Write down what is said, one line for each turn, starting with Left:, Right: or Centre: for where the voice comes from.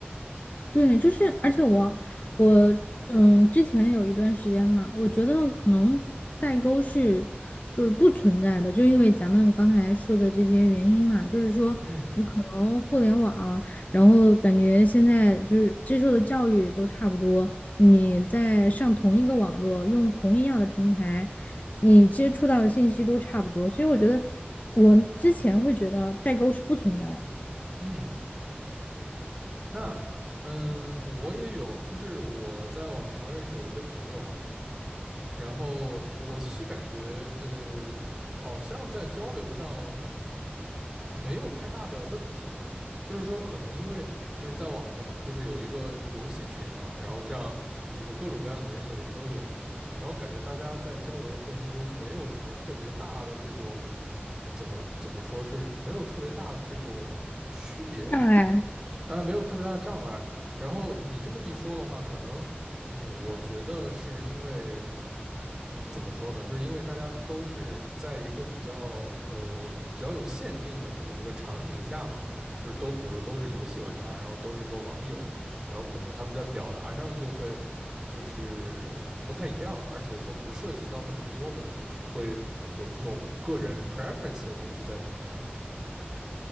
Left: 对，就是，而且我我嗯，之前有一段时间嘛，我觉得可能代沟是就是不存在的，就因为咱们刚才说的这些原因嘛，就是说你可能互联网，
Right: 嗯
Left: 然后感觉现在就是接受的教育都差不多，你在上同一个网络，用同一样的平台，你接触到的信息都差不多，所以我觉得我之前会觉得代沟是不存在的，
Right: 嗯，那嗯，我也有，就是我在网上认识有一些朋友嘛，然后我其实感觉呃，好像在交流上。没有太大的问题。就是说，可能因为就是在网上嘛，就是有一个游戏群嘛，然后这样就是各种各样年龄的人都有，然后感觉大家在交流的过程中，没有什么特别大的这种怎么怎么说，就是没有特别大的这种区别，
Left: 障碍
Right: 啊，没有特别大的障碍。然后你这么一说的话，可能，嗯，我觉得是因为嗯，怎么说呢？就是因为大家都是在一个比较呃比较有限定的这么一个场景下嘛，就是都比如说都是游戏玩家，然后都是说网友，然后可能他们在表达上就会就是不太一样，而且说不涉及到那么多的，就是会有这种个人 preference 的东西在里面啊。